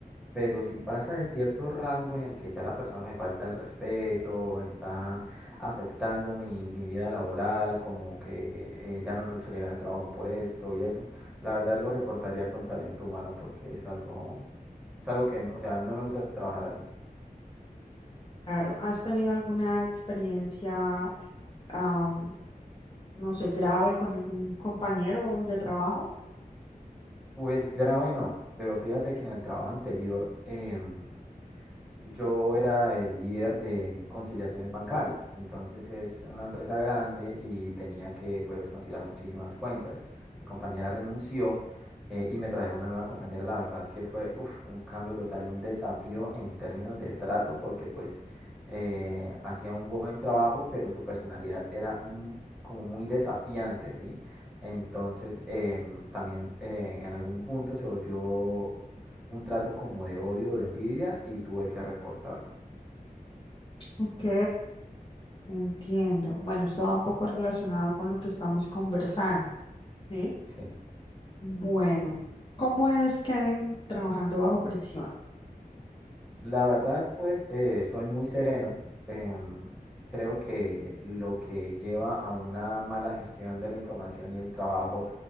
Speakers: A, in the centre; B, on the left.
A: Pero si pasa de cierto rango en el que ya la persona me falta el respeto, está afectando mi, mi vida laboral, como que eh, ya no me gustaría ir al trabajo por esto y eso, la verdad lo reportaría con talento humano porque es algo, es algo que, o sea, no me gusta trabajar así.
B: Claro, ¿has tenido alguna experiencia, am, no sé, grave con algún compañero de trabajo?
A: Pues grave no, pero fíjate que en el trabajo anterior em, Yo era el líder de conciliaciones bancarias, entonces es una empresa grande y tenía que pues conciliar muchísimas cuentas. Mi compañera renunció eh, y me trajeron una nueva compañera, la verdad que fue uf, un cambio total y un desafío en términos de trato porque pues eh, hacía un buen trabajo, pero su personalidad era mm, como muy desafiante, ¿sí? Entonces em, también eh, en algún punto se volvió un trato como de odio, de envidia y tuve que reportarlo.
B: Ok, entiendo. Bueno, esto va un poco relacionado con lo que estamos conversando, ¿sí?
A: Sí.
B: Bueno, ¿cómo es Kevin trabajando bajo presión?
A: La verdad, pues eh, soy muy sereno. em, creo que lo que lleva a una mala gestión de la información y el trabajo